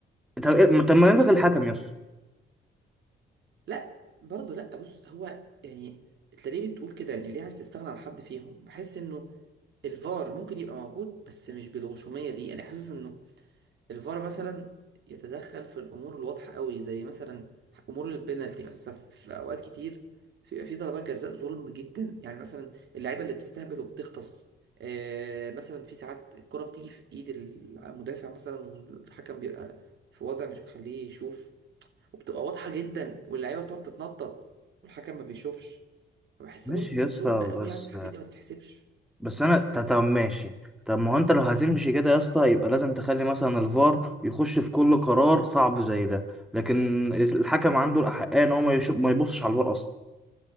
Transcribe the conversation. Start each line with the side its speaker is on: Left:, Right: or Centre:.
Centre: طب إيه- طب ما نلغي الحكم يا اسطى
Right: لا برضه لا بص هو يعني تلاقيه بتقول كده يعني ليه عايز تستغنى عن حد فيهم بحس انه الفار ممكن يبقى موجود بس مش بالغشوميه دي انا حاسس انه الفار مثلا يتدخل في الامور الواضحه قوي زي مثلا امور البينالتي مثلا في اوقات كتير بيبقى في ضربات جزاء ظلم جدا يعني مثلا اللعيبه اللي بتستهبل وبتغطس آه مثلا في ساعات الكره بتيجي في ايد المدافع مثلا والحكم بيبقى في وضع مش مخليه يشوف وبتبقى واضحه جدا واللعيبه بتقعد تتنطط والحكم ما بيشوفش فبحس
Centre: ماشي
Right: برضو ان
Centre: يا اسطى
Right: ظلم قوي
Centre: بس
Right: يعني الحاجات دي ما تتحسبش
Centre: بس انا طب طب ماشي طب ما هو انت لو هتمشي كده يا اسطى يبقى لازم تخلي مثلا الفار يخش في كل قرار صعب زي ده لكن الحكم عنده الاحقيه ان هو ما, يشوف ما يبصش على الفار اصلا